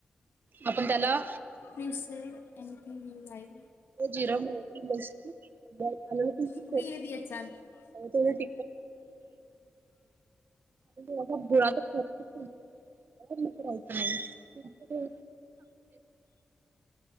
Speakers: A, on the right (about 60°); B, on the left (about 75°).
A: आपण त्याला
B: please sir anything you like
A: जिरस तेवढ तट
B: कुठे गेली याच्यात
A: तेवढु रायचं नाहीग